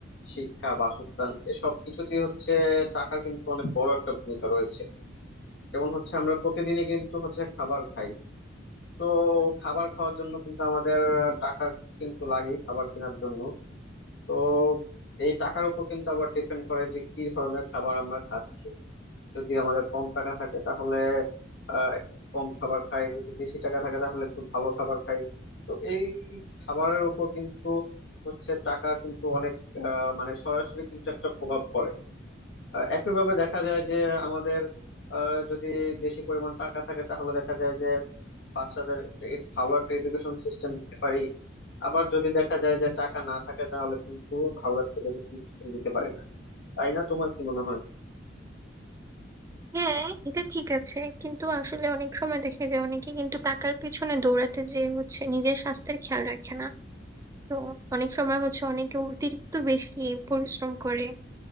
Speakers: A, on the left (about 70°); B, on the right (about 15°).
A: শিক্ষা বাসস্থান এসব কিছুতেই হচ্ছে টাকার কিন্তু অনেক বড় একটা ভূমিকা রয়েছে যেমন হচ্ছে আমরা প্রতিদিনই কিন্তু হচ্ছে খাবার খাই তো খাবার খাওয়ার জন্য কিন্তু আমাদের টাকা কিন্তু লাগে খাবার কেনার জন্য তো এই টাকার উপর কিন্তু আবার ডিপেন্ড করে যে কি ধরনের খাবার আমরা খাচ্ছি যদি আমাদের কম টাকা থাকে তাহলে আহ, একটু কম খাবার খাই যদি বেশি টাকা থাকে তাহলে একটু ভালো খাবার খাই তো এই খাবারের উপর কিন্তু হচ্ছে টাকা কিন্তু অনেক আহ, মানে সরাসরি কিন্তু একটা প্রভাব পড়ে আহ, একইভাবে দেখা যায় যে আমাদের আহ, যদি বেশি পরিমাণ টাকা থাকে তাহলে দেখা যায় যে বাচ্চাদের একটা এড- ভালো একটা এডুকেশন সিস্টেম দিতে পারি আবার যদি দেখা যায় যে টাকা না থাকে তাহলে কিন্তু ভালো একটা এডুকেশন সিস্টেম দিতে পারি না তাই না তোমার কি মনে হয়
B: হ্যাঁ এটা ঠিক আছে কিন্তু আসলে অনেক সময় দেখা যায় অনেকে কিন্তু টাকার পেছনে দৌড়াতে যে হচ্ছে নিজের স্বাস্থ্যের খেয়াল রাখে না তো অনেক সময় হচ্ছে অনেকে অতিরিক্ত বেশি পরিশ্রম করে